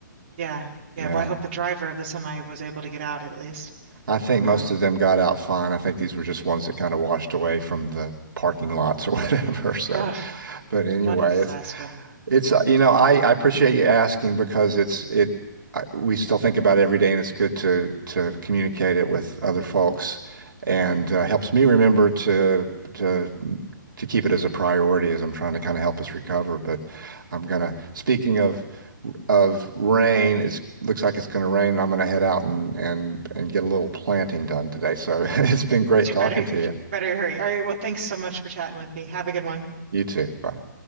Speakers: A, on the right; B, on the right.
A: yeah, yeah.
B: Yeah.
A: Well, I hope the driver of the semi was able to get out at least.
B: I think
A: Um,
B: most of them got out fine. I think these were just ones that kind of washed away from the parking lots or <laughs> whatever. So,
A: ugh.
B: but anyway,
A: What a disaster.
B: it's It's uh, you know I I appreciate you asking because it's it I, we still think about it every day and it's good to to communicate it with other folks and uh, helps me remember to to to keep it as a priority as I'm trying to kind of help us recover. But I'm gonna speaking of of rain, it looks like it's gonna rain and I'm gonna head out and and and get a little planting done today. So <laughs> it's been great
A: So
B: talking
A: you better you
B: to you.
A: better hurry. All right, well, thanks so much for chatting with me. Have a good one.
B: You too. Bye.